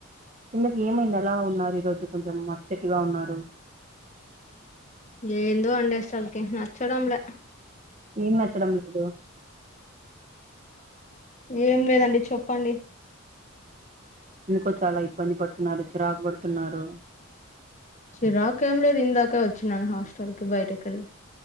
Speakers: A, on the right; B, on the left.
A: ఎందుకు ఏమైంది ఆలా ఉన్నారు ఈ రోజు కొంచెం అప్సెట్ గా ఉన్నారు
B: ఏందో అండి అసల్కి నచ్చడంలె
A: ఏం నచ్చడం లేదు
B: ఏం లేదండి చెప్పండి
A: ఏందుకో చాలా ఇబ్బంది పడుతున్నారు చిరాకు పడుతున్నారు
B: చిరాకేంలేదు ఇందాక వచ్చిన్నాను హాస్టల్ కి బయటకెళ్ళి